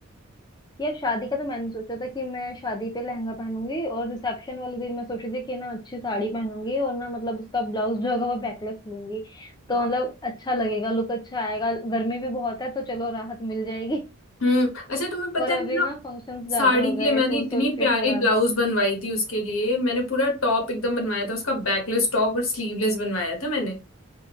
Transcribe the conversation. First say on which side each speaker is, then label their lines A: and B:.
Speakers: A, on the left; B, on the left.
A: यार शादी का तो मैंने सोचा था कि मैं शादी पे लहंगा पहनूंगी और रिसेप्शन वाले दिन मैं सोच रही थी कि ना अच्छी साड़ी पहनूंगी और ना मतलब उसका ब्लाउज जो होगा वो बैकलेस लूंगी तो
B: वाह
A: मतलब अच्छा लगेगा लुक अच्छा आएगा गर्मी भी बहुत है तो चलो राहत मिल जाएगी
B: हम्म अच्छा
A: <laughs>
B: तुम्हें पता
A: पर अभी
B: है मैं ना
A: ना फंक्शंस ज्यादा
B: साड़ी
A: हो
B: के
A: गए
B: लिए मैंने
A: सोच
B: इतनी
A: सोच के
B: प्यारी
A: थोड़ा
B: ब्लाउज बनवाई थी उसके लिए मैंने पूरा टॉप एकदम बनवाया था उसका बैकलेस टॉप और स्लीवलेस बनवाया था मैंने